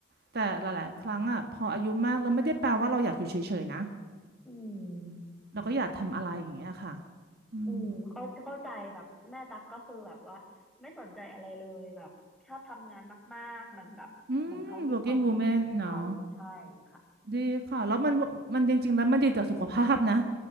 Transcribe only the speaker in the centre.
อืม
อืมเข้าเข้าใจแบบแม่ตักก็คือแบบว่าไม่สนใจอะไรเลยแบบชอบทำงานมากๆมันแบบมันเขามีความสุขของเขาใช่ค่ะ